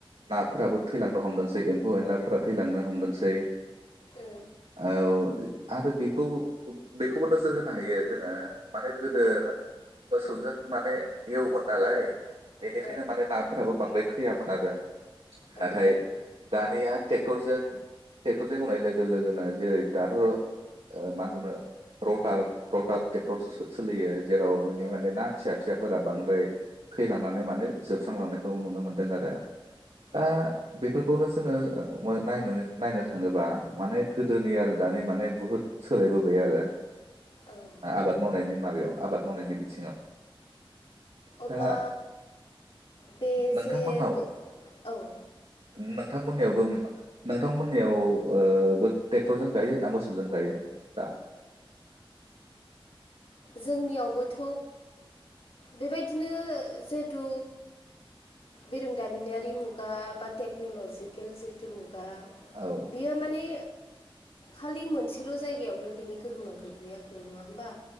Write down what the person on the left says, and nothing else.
औ।
औ
औ
औ
औ
औ
अब्ला
बे
जे गो औ
जोंनियावथ बेबायदिनो जिहेथु बिरोंदामिनयारि मुगा बा टेक्नलजिकेल जिहेतु मु गा
बियो माने खालि मोनसेल जायगायावनो बिनि गोहोमा गोग्लैयाखै नङा होमबा